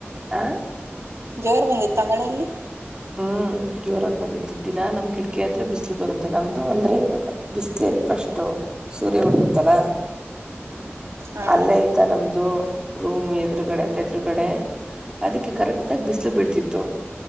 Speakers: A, on the right; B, on the right.
A: ಆ
B: ಜೋರ್ ಬಂದಿತ್ತ ಮಳೆ ಅಲ್ಲಿ.
A: ಹ್ಮ್ ಜೋರಾಗ್ ಬಂದಿತ್ತು ದಿನಾ ನಮ್ ಕಿಡ್ಕಿ ಹತ್ರ ಬಿಸ್ಲು ಬರುತ್ತೆ ನಮ್ದು ಅಂದ್ರೆ ಇವಾಗ ಬಿಸ್ಲು ಎಲ್ಲಿ ಫಸ್ಟ್ ಸೂರ್ಯ ಹುಟ್ಟುತ್ತಲ
B: ಹ
A: ಅಲ್ಲೇ ಆಯ್ತಾ ನಮ್ದು. ರೂಮ್ ಎದ್ರುಗಡೆ ಅದ್ರ ಎದ್ರುಗಡೆ ಅದಕ್ಕೆ ಕರೆಕ್ಟಗ್ ಬಿಸಿಲು ಬೀಳ್ತಿತ್ತು.